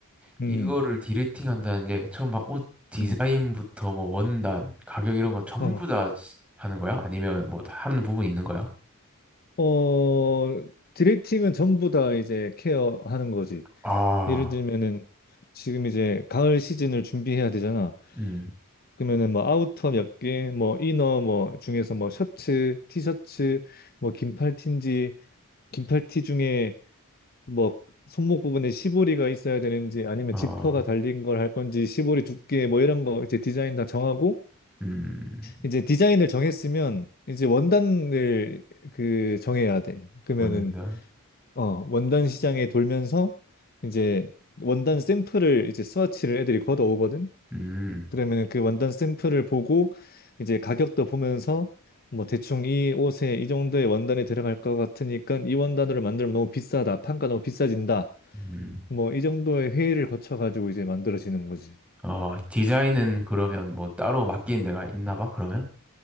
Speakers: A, in the centre; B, on the left (about 45°).
A: 이거를
B: 음.
A: 디렉팅 한다는 게 처음 막 옷 디자인부터
B: 음.
A: 뭐 원단, 가격 이런 거 전부
B: 어.
A: 다 하는 거야? 아니면 뭐 하는 부분이 있는 거야?
B: 어, 디렉팅은 전부 다 이제 케어하는 거지.
A: 아,
B: 예를 들면은 지금 이제 가을 시즌을 준비해야 되잖아.
A: 음,
B: 그러면은 뭐 아우터 몇 개, 뭐 이너 뭐 중에서 뭐 셔츠, 티셔츠, 뭐 긴팔 티인지 긴팔 티 중에 뭐 손목 부분에 시보리가 있어야 되는지 아니면
A: 어...
B: 지퍼가 달린 걸 할 건지 시보리 두께 뭐 이런 거 이제 디자인 다 정하고
A: 음,
B: 이제 디자인을 정했으면 이제 원단을 그 정해야 돼. 그러면은
A: 원단,
B: 어 원단 시장에 돌면서 이제 원단 샘플을 이제 스와치를 애들이 걷어오거든.
A: 음,
B: 그러면 그 원단 샘플을 보고 이제 가격도 보면서 뭐 대충 이 옷에 이 정도의 원단이 들어갈 것 같으니까 이 원단으로 만들면 너무 비싸다. 판가 너무 비싸진다.
A: 음.
B: 뭐 이 정도의 회의를 거쳐 가지고 이제 만들어지는 거지.
A: 어, 디자인은 그러면 뭐 따로 맡기는 데가 있나 봐, 그러면?